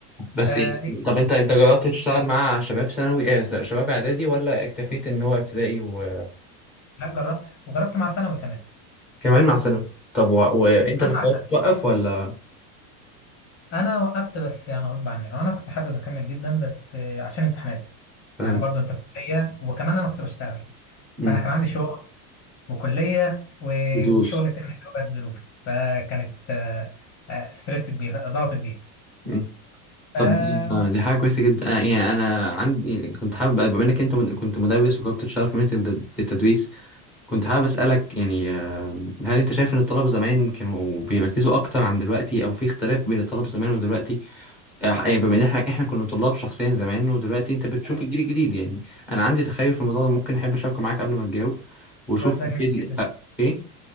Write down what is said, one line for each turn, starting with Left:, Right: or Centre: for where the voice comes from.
Centre: بس
Left: فهي
Centre: يعني طب انت انت جربت تشتغل مع شباب ثانوي اه شباب اعدادي ولا اكتفيت ان هو ابتدائي وكمان
Left: لا جربت وجربت مع ثانوي كمان
Centre: مع ثانوي طب و... وانت
Left: كمان
Centre: اللي قررت
Left: مع
Centre: توقف ولا
Left: انا وقفت بس يعني غصب عني انا كنت حابب اكمل جدا بس آه، عشان امتحانات
Centre: فاهم
Left: يعني برضو انت في كليه وكمان انا كنت بشتغل
Centre: مم.
Left: فانا كان عندي شغل وكليه و-
Centre: ودروس
Left: وشغل تاني اللي هو الدروس فكانت آه، آه، ستريس كبير ضغط كبير
Centre: مم.
Left: ف
Centre: طب دي دي حاجة كويسة جدا آه، يعني أنا عندي كنت حابب بما إنك أنت مد- كنت مدرس وجربت تشتغل في مهنة التد- التدريس كنت حابب أسألك يعني آه، هل أنت شايف إن الطلبة زمان كانوا بيركزوا أكتر عن دلوقتي أو في اختلاف بين الطلبة زمان ودلوقتي؟ آه، يعني بما إن إحنا إحنا كنا طلاب شخصيا زمان ودلوقتي أنت بتشوف
Left: ايوه
Centre: الجيل الجديد يعني أنا عندي تخيل في الموضوع ده ممكن أحب أشاركه معاك قبل ما تجاوب وشوف
Left: السؤال ده
Centre: أكيد
Left: جميل
Centre: لي
Left: جدا
Centre: أ... إيه؟